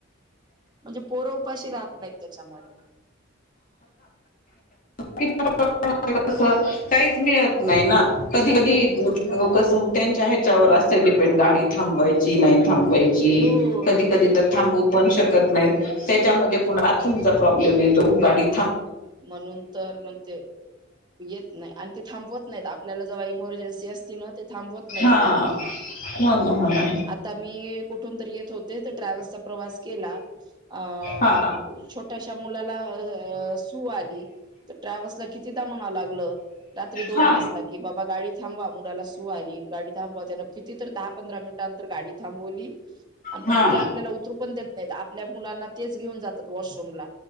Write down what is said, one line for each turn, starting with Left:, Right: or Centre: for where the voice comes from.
Right: म्हणजे पोरं उपाशी राहत नाहीत त्याच्यामध्येऽऽ
Left: <inaudible> स, काहीच मिळत नाही ना कधी, कधी कस त्यांच्या ह्याच्यावर असेऽऽ डिपेंड गाडी थबवायची, नाई थांबवाऽऽऽ थांबची
Right: हो
Left: कधी कधी तर थांबू पण शकत नाहीत,,, त्याच्यामध्येऽऽ ण बाथरूम चा प्रॉब्लेम येतो,, गाडीऽऽ
Right: म्हणून तर म्हणते.. येत नाही,, आणि ते थांबवत नाहीत,, आपल्याला जेव्हा इमर्जन्सी असती ना ते थांबवतऽऽ नाहीत
Left: हा
Right: लोकं,,
Left: हो ना हो ना
Right: आता मीऽऽ ठून तर ऐत होते तर ट्रॅव्हल चा प्रवास केला अंऽ अ
Left: हा
Right: ऽऽ छोट्याशा मुलाला अं हे. सू आली,, तर ट्रॅव्हल्लास कितीदा म्हणाव लागलं,, रात्री दोन
Left: हा
Right: वाजता,, की बाबा गाडीऽऽ थांबवा,, मुलाला सुू आली, गाडी थांबवा, त्यान किती तर दहा पंधरा मिनिटांानंतर गाडी थांबवलीऽऽ आणि
Left: हा
Right: परत ते आपल्याला उतरू पण देत नाहीतऽऽ आपल्या मुलांना तेच घेऊन जातात वॉशरूमला,,,